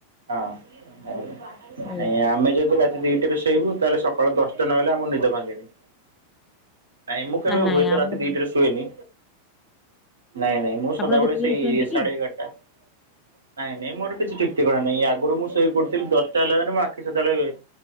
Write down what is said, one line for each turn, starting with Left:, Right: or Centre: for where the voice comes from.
Right: ହଁ ନାଇ। ଆଜ୍ଞା
Left: ଓହୋ।
Right: ଆମେ ଯଦି ରାତି ଦିଟାରେ ଶୋଇବୁ ତାହେଲେ ସକାଳ ଦଶଟା ନହେଲେ ଆମ ନିଦ ଭାଙ୍ଗେନି। ନାଇଁ ମୁଁ କେବେ
Left: ଆ ନାଇଁ
Right: ହୁଏତ
Left: ଆମର
Right: ରାତି ଦିଟାରେ ଶୁଏନି ନାଇଁ ନାଇଁ। ମୁଁ
Left: ଆପଣ
Right: ସଦାବେଳେ
Left: କେତେବେଳେ
Right: ସେଇ
Left: ଶୁଅନ୍ତି କି?
Right: ସାଢେ ଏଗାରଟା। ନାଇଁ ନାଇଁ ମୋର କିଛି ଠିକ ଠିକଣା ନାଇଁ ଆଗରୁ ମୁଁ ଶୋଇ ପଡୁଥିଲି ଦଶଟା ହେଲା ମାନେ ମୋ ଆଖି ସେତେବେଳେ।